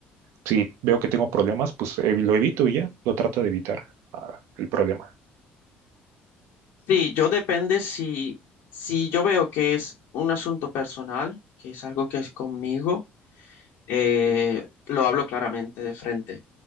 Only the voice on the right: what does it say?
si veo que tengo problemas, pues eh, lo evito y ya, lo trato de evitar ah, el problema.